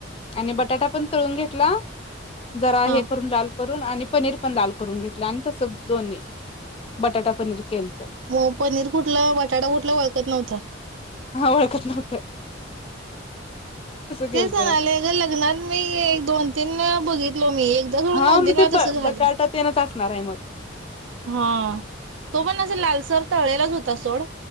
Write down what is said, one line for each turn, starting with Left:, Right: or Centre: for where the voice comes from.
Left: आणि बटाटा पण तळून घेतला जरा
Right: हा.
Left: हे करून ला करून आणि पनीर पण लाल करून घेतलं आणि तस दोन्ही बटाटा पनीर केल तर
Right: मग पनीर कुठला बटाटा कुठला ओळखत नव्हता.
Left: हा ळखत नवत केलत
Right: ते सणाले ग लग्न मी एक दोन त्यां बघितलं मी एकदा घडून
Left: हा
Right: नोंदिणी
Left: मग ते
Right: मात
Left: ब
Right: असं झालं.
Left: बटाटा तेनच असणार आहे मग
Right: हा तो पण असं लालसर तळेलाच होता सोड.